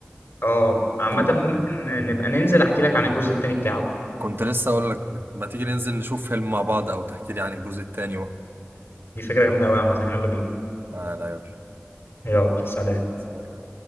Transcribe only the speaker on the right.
طب
كنت لسه أقول لك ما تيجي ننزل نشوف فيلم مع بعض أو تحكي لي عن الجزء التاني و...
تعالى
يلا